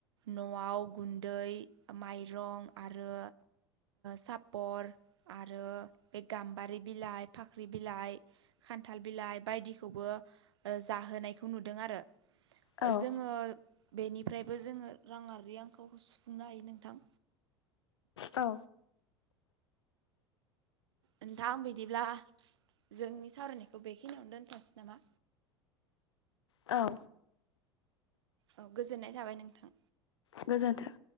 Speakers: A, on the right (about 70°); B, on the left (about 75°).
A: न'आव गुन्दै माइरं आरो सापर आरो बे गाम्बारि बिलाइ फाख्रि बिलाइ खान्थाल बिलाइ बायदिखौबो जाहोनायखौ नुदों आरो।
B: औ
A: जोङो बेनिफ्रायबो जोङो राङारि आंखालखौ सुफुंनो हायो नोंथां।
B: औ।
A: नोंथां बिदिब्ला जोंनि सावरायनायखौ बेखिनियावनो दोन्थ'नोसै नामा?
B: औ।
A: औ गोजोननाय थाबाय नोंथां।
B: गोजोन्थों।